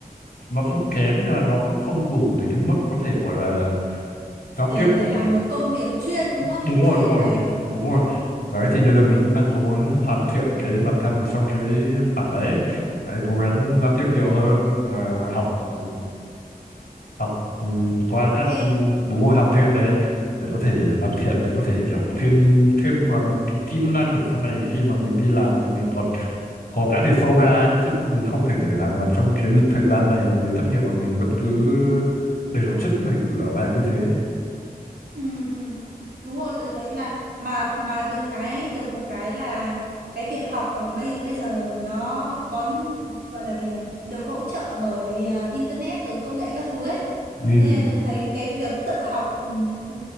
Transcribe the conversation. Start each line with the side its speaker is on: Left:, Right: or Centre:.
Left: nó không kém nhưng mà nó cũng không đủ để cái mức có thể gọi là giao
Right: để
Left: tiếp
Right: để
Left: của
Right: làm một công việc chuyên đúng không
Left: đúng rồi
Right: chuyên
Left: đúng rồi
Right: về đấy
Left: đúng rồi đấy thì bây giờ mình
Right: ừ.
Left: cũng đang cố gắng hoàn thiện cái bản thân ở trong cái bảng đấy, đấy cố gắng giao tiếp nhiều hơn và học ừ, học ừ, qua
Right: học
Left: các
Right: thêm
Left: ừ,
Right: ừ.
Left: bốn môn học thêm đấy để có thể hoàn thiện để có thể kiểu thêm thêm vào một cái kỹ năng để sau này khi mà mình đi làm thì mình còn có cái để sâu ra ấy. chứ không mình không thể để nào mà trong cái thời gian này mà mình thất nghiệp mà mình vẫn cứ để nó chững này ở lại như thế
Right: Ừ, ừ. Đúng rồi, tôi thấy là mà mà được cái được một cái là cái việc học ở bây bây giờ nó có gọi là gì nhỉ? Được hỗ trợ bởi à, internet rồi công nghệ các thứ ấy.
Left: ừ,
Right: Nên là tôi thấy cái việc tự học ừ, ừ,